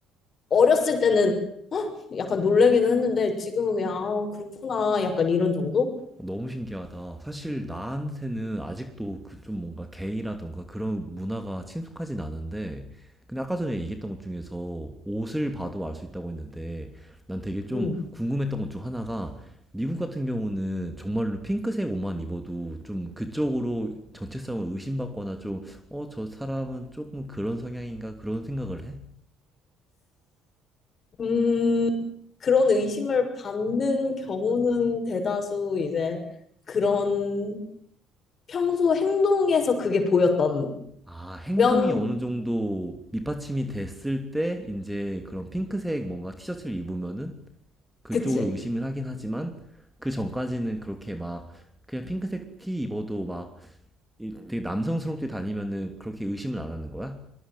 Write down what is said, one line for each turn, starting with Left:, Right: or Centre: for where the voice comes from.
Left: 어렸을 때는 헉! 약간 놀래기는 했는데, 지금은 그냥, 아, 그렇구나. 약간 이런 정도?
Centre: 너무 신기하다. 사실 나한테는 아직도 그 좀 뭔가 게이라던가 그런 문화가 친숙하진 않은데, 근데 아까 전에 얘기했던 것 중에서 옷을 봐도 알 수 있다고 했는데, 난 되게 좀
Left: 음.
Centre: 궁금했던 것 중 하나가, 미국 같은 경우는 정말로 핑크색 옷만 입어도 좀 그쪽으로 정체성을 의심받거나 좀, 어, 저 사람은 조금 그런 성향인가 그런 생각을 해?
Left: 음, 그런 의심을 받는 경우는 대다수 이제 그런 평소 행동에서 그게 보였던
Centre: 아, 행동이
Left: 면,
Centre: 어느 정도 밑받침이 됐을 때, 이제 그런 핑크색 뭔가 티셔츠를 입으면은 그쪽으로
Left: 그치?
Centre: 의심을 하긴 하지만 그 전까지는 그렇게 막 그냥 핑크색 티 입어도 막 되게 남성스럽게 다니면은 그렇게 의심을 안 하는 거야?